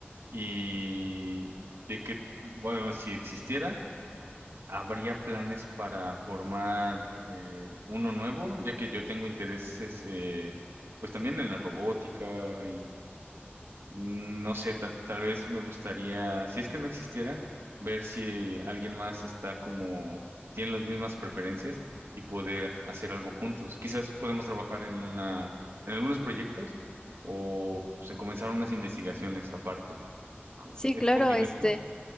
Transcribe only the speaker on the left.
sí,
claro,
este.